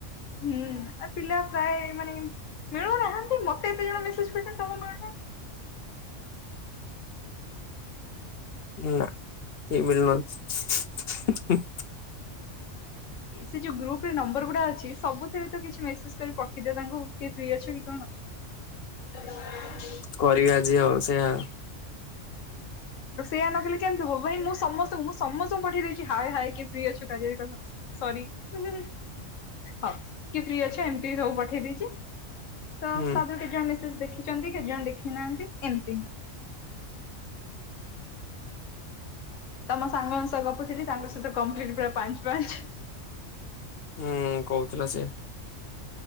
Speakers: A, on the left (about 75°); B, on the left (about 55°).
A: ହୁଁ ଆ ପିଲା ପ୍ରାୟ ମାନେ ମିଳୁନାହାନ୍ତି ମତେ ଏତେ ଜଣ ମେସେଜ କରିଛନ୍ତି ତମ ମିଳୁନାହାନ୍ତି।
B: ନା ଚ ବୋଲିଛି?
A: ସେ ଯୋଉ ଗ୍ରୁପ ରେ ନମ୍ବର ଗୁଡା ଅଛି ସବୁଥିରେ ତ କିଛି ମେସେଜ କରି ପଠେଇଦିଅ ତାଙ୍କୁ କି ଫ୍ରି ଅଛ କି କଣ? ସେ
B: କରିବି ଆଜି ହଉ ସେଆଉ।
A: ଆ ସେୟଆ ନ କିଲଲେ କେମିତି ହବ ଭାଇ ମୁଁ ସମସ୍ତଙ୍କୁ ମୁଁ ସମସ୍ତଙ୍କୁ ପଠେଇ ଦେଇଉଛି ହାଇ ହାଇ କିଏ ପ୍ରି ଅଛ କାର କଥା ହ କି ଫି ଅଛ ଏମତି ସବୁ ପଠେଇ ଦେଇଛି। ତ
B: ହୁଁ
A: ତା ଦେହରୁ କେତେ ଜଣ ମିସେଜ ଦେଖିଛନ୍ତି, କେତେ ଜଣ ଦେଖି ନାହାନ୍ତି। ଏମିତି ନା। ତମ ସାଙ୍ଗମାନ ସହ ଗପୁଥିଲି ତାଙ୍କ ସହିତ କମ୍ପ୍ଲିଟ ପୁରା ପାଞ୍ଚ ପାଞ୍ଚ
B: ହୁଁ କହୁଥିଲା ସେ